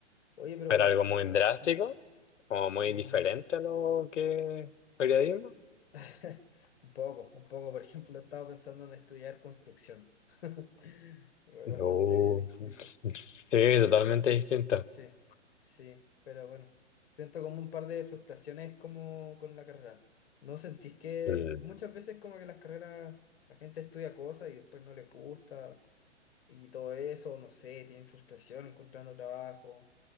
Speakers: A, on the left; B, on the left.
A: Oye, pero...
B: pero algo muy drástico
A: mm,
B: o muy
A: mm,
B: diferente a lo que es periodismo.
A: <laughs> un poco, un poco. Por ejemplo, estaba pensando en estudiar construcción. <laughs> Igual
B: No,
A: bastante distinto.
B: sí, totalmente distinta.
A: Sí, sí, pero bueno, siento como un par de frustraciones como con la carrera. ¿No sentís que
B: Mm,
A: muchas veces como que las carreras, la gente estudia cosas y después no le gusta y todo eso, no sé, tienen frustración encontrando trabajo